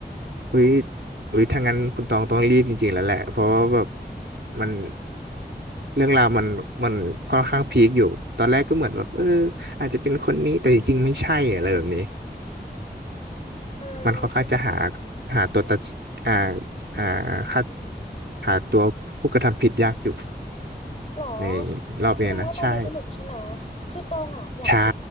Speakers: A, on the right; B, on the left.
A: โอ้ยอุ้ยถ้างั้นคุณตองต้องรีบจริงๆแล้วแหละ เพราะว่าแบบมันเรื่องราวมันมันค่อนข้างพีคอยู่ ตอนแรกก็เหมือนแบบเอออาจจะเป็นคนนี้แต่จริงๆไม่ใช่อะไรแบบนี้
B: อืม
A: มันค่อนข้างจะหาหาตัวตัดอ่าอ่าคัดหาตัวผู้กระทำผิดยากอยู่
B: หรอ
A: ในรอบเนี้ยนะใช่
B: แสดงว่าตอนนี้สนุกใช่ไหมคือตองอ่ะอยากดู
A: ใช่